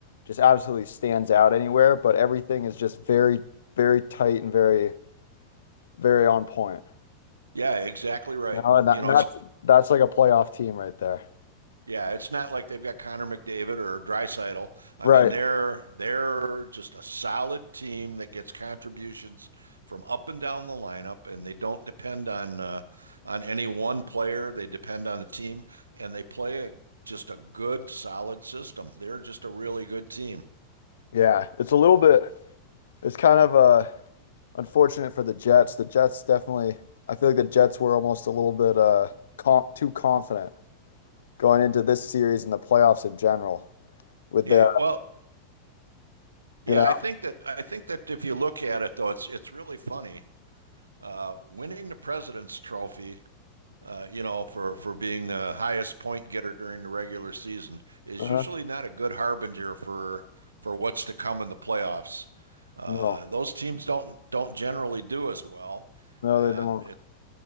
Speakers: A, on the left (about 65°); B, on the right (about 75°).
A: just absolutely stands out anywhere, but everything is just very, very tight and very, very on point.
B: Yeah, exactly right.
A: You know, and
B: You
A: that, and
B: know,
A: that's
B: it's
A: that's like a playoff team right there.
B: Yeah, it's not like they've got Connor McDavid or Dreisaitl. I
A: Right.
B: mean, they're they're just a solid team that gets contributions from up and down the lineup, and they don't depend on uh, on any one player. They depend on the team, and they play a, just a good, solid system. They're just a really good team.
A: Yeah. It's a little bit. It's kind of a unfortunate for the Jets. The Jets definitely, I feel like the Jets were almost a little bit uh comp too confident going into this series and the playoffs in general with
B: Yeah,
A: their,
B: well, yeah,
A: you know,
B: I think that I think that if you look at it though, it's it's really funny. Uh, winning the President's Trophy uh, you know, for for being the highest point getter during the regular season is
A: uh-huh.
B: usually not a good harbinger for for what's to come in the playoffs. Uh,
A: No,
B: those teams don't don't generally do as well,
A: no,
B: and
A: they don't.
B: it,